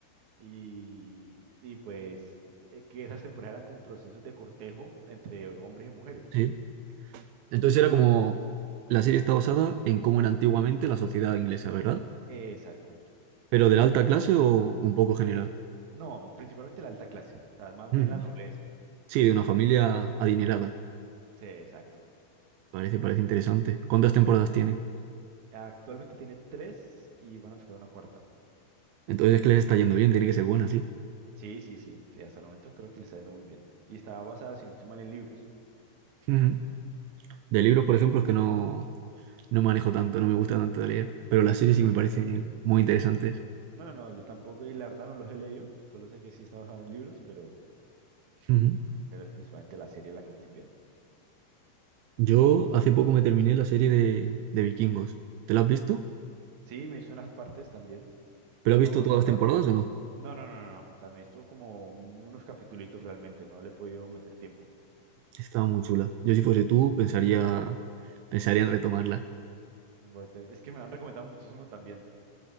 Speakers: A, on the right; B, on the right.
A: y, y pues eh, que esas temporadas eran como procesos de cortejo entre hombres y mujeres.
B: Sí. Entonces era como, la serie está basada en cómo era antiguamente la sociedad inglesa, ¿verdad?
A: Exacto.
B: Pero de la alta clase o un poco general.
A: Sí. No, principalmente la alta clase, o sea, más
B: Ujú.
A: bien la nobleza.
B: Sí, de una familia adinerada.
A: Sí, exacto.
B: Parece, parece interesante. ¿Cuántas temporadas tiene?
A: Actualmente tiene tres y van a sacar una cuarta.
B: Entonces es que les está yendo bien, tiene que ser buena, sí.
A: Sí, sí, sí, sí, hasta el momento creo que le está yendo muy bien. Y está basada, si no estoy mal, en libros.
B: Ujú. De libros, por ejemplo, es que no, no manejo tanto, no me gusta tanto de leer, pero las
A: Mm.
B: series sí que me parecen
A: <laughs>
B: muy interesantes.
A: No, no, yo tampoco, y la verdad no los he leído, solo sé que sí está basado en libros, pero,
B: Ujú.
A: pero es principalmente la serie la que me estoy viendo.
B: Yo hace poco me terminé la serie de, de Vikingos. ¿Te la has visto?
A: Sí, me hizo unas partes también.
B: ¿Pero
A: No,
B: has visto
A: todas,
B: todas las temporadas
A: no, no,
B: o no?
A: no, no, no, no, no. O sea, me hizo como un- unos capitulitos realmente, no le he podido meter tiempo.
B: Estaba muy chula. Yo si fuese tú, pensaría, pensaría en retomarla.
A: Ahorita- Es que me la han recomendado muchísimo también.